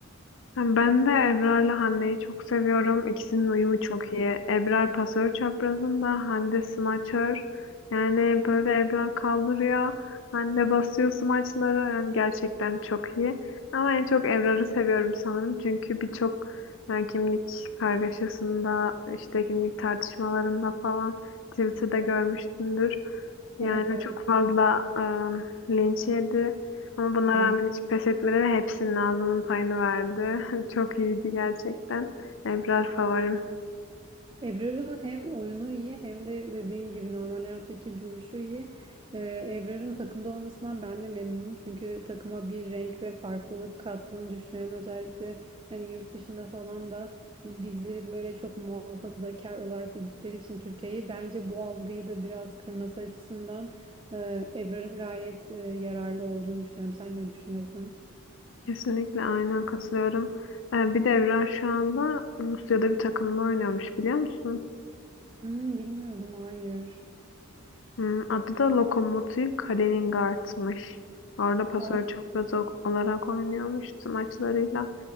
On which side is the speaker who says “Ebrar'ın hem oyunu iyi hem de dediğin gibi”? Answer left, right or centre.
Right